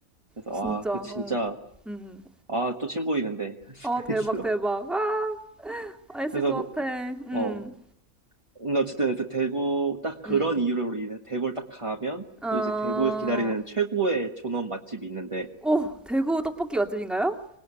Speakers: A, on the right; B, in the centre.
A: 그래서
B: 진짜,
A: 아, 그 진짜
B: 어. 음, 음.
A: 아, 또 침 고이는데. <laughs>
B: 어,
A: 그래서
B: 대박, 대박. 아, 맛있을
A: 그래서
B: 것
A: 그-
B: 같아. 음,
A: 어, 근데 어쨌든 그래서 대구 딱 그런
B: 음.
A: 이유로 인해 대구를 딱 가면
B: 아,
A: 또 이제 대구에서 기다리는 최고의 존엄 맛집이 있는데
B: 오, 대구 떡볶이 맛집인가요?